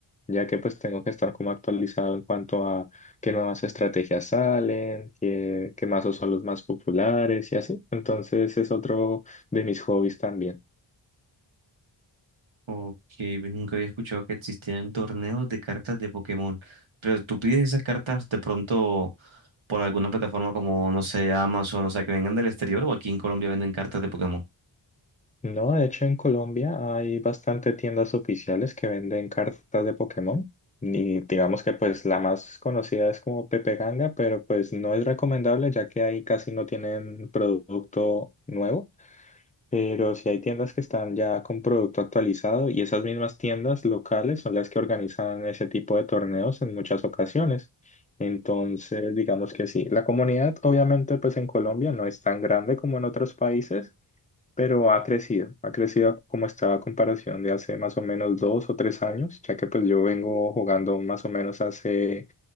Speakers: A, on the left (about 15°); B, on the right (about 80°).
A: ya que pues tengo que estar como actualizado en cuanto a qué nuevas estrategias salen, qué, qué mazos son los más populares y así. Entonces es otro de mis hobbies también.
B: Ok, pues nunca había escuchado que existían torneos de cartas de Pokémon. Pero tú pides esas cartas de pronto por alguna plataforma como, no sé, Amazon, o sea, que vengan del exterior o aquí en Colombia venden cartas de Pokémon.
A: No, de hecho en Colombia hay bastante tiendas oficiales que venden cartas de Pokémon. Y digamos que pues la más conocida es como Pepe Ganga, pero pues no es recomendable ya que ahí casi no tienen producto nuevo. Pero sí hay tiendas que están ya con producto actualizado y esas mismas tiendas locales son las que organizan ese tipo de torneos en muchas ocasiones. Entonces, digamos que sí, la comunidad obviamente pues en Colombia no es tan grande como en otros países pero ha crecido, ha crecido como estaba a comparación de hace más o menos dos o tres años, ya que pues yo vengo jugando más o menos hace